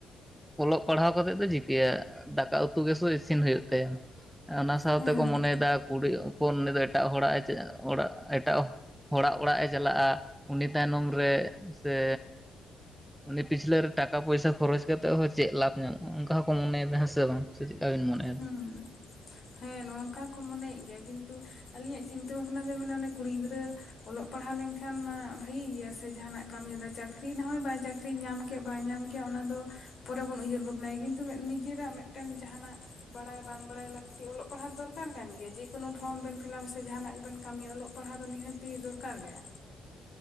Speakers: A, in the centre; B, on the left (about 50°).
A: ᱚᱞᱚᱜ ᱯᱟᱲᱦᱟᱣ ᱠᱟᱛᱮᱜ ᱫᱚ ᱪᱮᱠᱟᱹᱭᱟ ᱫᱟᱠᱟ ᱩᱛᱩ ᱜᱮᱥᱮ ᱤᱥᱤᱱ ᱦᱩᱭᱩᱜ ᱛᱟᱭᱟ ᱾ ᱚᱱᱟ ᱥᱟᱶ
B: ᱦᱮᱸ
A: ᱛᱮᱠᱚ ᱢᱚᱱᱮᱭᱮᱫᱟ ᱠᱩᱲᱤ ᱦᱚᱯᱚᱱ ᱩᱱᱤ ᱫᱚ ᱮᱴᱟᱜ ᱦᱚᱲᱟᱜ ᱮ ᱦᱚᱲᱟᱜ ᱮᱴᱟᱜ ᱦᱚᱲᱟᱜ ᱚᱲᱟᱜ ᱮ ᱪᱟᱞᱟᱜᱼᱟ ᱩᱱᱤ ᱛᱟᱭᱱᱚᱢ ᱨᱮ ᱥᱮ ᱩᱱᱤ ᱯᱤᱪᱷᱞᱟᱹ ᱨᱮ ᱴᱟᱠᱟ ᱯᱚᱭᱥᱟ ᱠᱷᱚᱨᱚᱪ ᱠᱟᱛᱮᱫ ᱦᱚᱸ ᱪᱮᱫ ᱞᱟᱵᱷ ᱧᱟᱢᱚᱜᱼᱟ ᱚᱱᱠᱟ ᱦᱚᱸᱠᱚ ᱢᱚᱱᱮᱭᱮᱫᱟ ᱦᱮᱸ ᱥᱮ ᱵᱟᱝ ᱥᱮ ᱪᱮᱫᱠᱟ ᱵᱤᱱ ᱢᱚᱱᱮᱭᱮᱫᱟ
B: ᱦᱮᱸ
A: ᱾
B: ᱦᱮᱸ ᱱᱚᱝᱠᱟ ᱠᱚ ᱢᱚᱱᱮᱭᱮᱜ ᱜᱮᱭᱟ ᱠᱤᱱᱛᱩ ᱟᱞᱤᱧᱟᱜ ᱪᱤᱱᱛᱟᱹ ᱵᱷᱟᱵᱽᱱᱟ ᱫᱚᱭ ᱢᱮ ᱚᱱᱮ ᱠᱩᱲᱤ ᱜᱤᱫᱽᱨᱟᱹ ᱚᱞᱚᱜ ᱯᱟᱲᱦᱟᱣ ᱞᱮᱱᱠᱷᱟᱱ ᱢᱟ ᱵᱷᱟᱜᱤ ᱜᱮᱭᱟ ᱥᱮ ᱡᱟᱦᱱᱟᱜ ᱠᱟᱹᱢᱤ ᱨᱮ ᱪᱟᱹᱠᱨᱤ ᱨᱮᱦᱚᱭ ᱵᱟᱭ ᱪᱟᱹᱠᱨᱤᱭ ᱧᱟᱢ ᱠᱮ ᱵᱟᱭ ᱧᱟᱢ ᱠᱮᱭᱟ ᱚᱱᱟ ᱫᱚ ᱯᱚᱨᱮ ᱵᱚᱱ ᱩᱭᱦᱟᱹᱨ ᱵᱷᱟᱵᱽᱱᱟᱭᱟ ᱠᱤᱱᱛᱩ ᱱᱤᱡᱮᱨᱟᱜ ᱢᱤᱫᱴᱮᱱ ᱡᱟᱦᱱᱟᱜ ᱵᱟᱲᱟᱭ ᱵᱟᱝ ᱵᱟᱲᱟᱭ ᱞᱟᱹᱠᱛᱤ ᱚᱞᱚᱜ ᱯᱟᱲᱦᱟ ᱫᱚᱨᱠᱟᱨ ᱠᱟᱱ ᱜᱮᱭᱟ ᱡᱮᱠᱳᱱᱳ ᱯᱷᱚᱨᱚᱢ ᱵᱮᱱ ᱯᱷᱤᱞᱟᱵ ᱟᱥᱮ ᱡᱟᱦᱟᱱᱟᱜ ᱜᱮᱵᱮᱱ ᱠᱟᱹᱢᱤᱭᱟ ᱚᱞᱚᱜ ᱯᱟᱲᱦᱟᱜ ᱫᱚ ᱱᱤᱦᱟᱹᱛᱤ ᱫᱚᱨᱠᱟᱨ ᱜᱮᱭᱟ